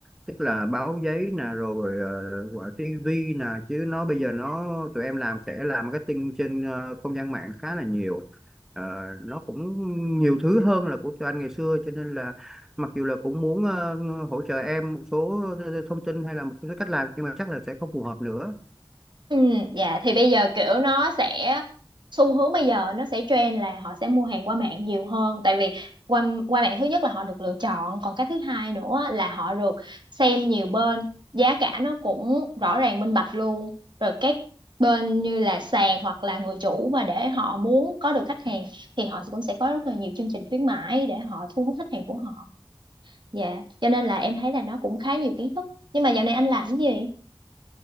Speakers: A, in the centre; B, on the right.
A: tức là báo giấy nè rồi uh, gọi TV nè chứ nó bây giờ nó tụi em làm sẽ làm marketing trên ờ, không gian mạng khá là nhiều Ờ, nó cũng nhiều thứ hơn là của tụi anh ngày xưa cho nên là mặc dù là cũng muốn ờ, hỗ trợ em một số thông tin hay là một số cách làm nhưng mà chắc là sẽ không phù hợp nữa
B: Ừ, dạ thì bây giờ kiểu nó sẽ xu hướng bây giờ nó sẽ trend là họ sẽ mua hàng qua mạng nhiều hơn tại vì qua qua mạng thứ nhất là họ được lựa chọn còn cái thứ hai nữa là họ được xem nhiều bên giá cả nó cũng rõ ràng minh bạch luôn rồi các bên như là sàn hoặc là người chủ mà để họ muốn có được khách hàng thì họ cũng sẽ có rất là nhiều chương trình khuyến mãi để họ thu hút khách hàng của họ dạ cho nên là em thấy là nó cũng khá nhiều kiến thức nhưng mà dạo này anh làm cái gì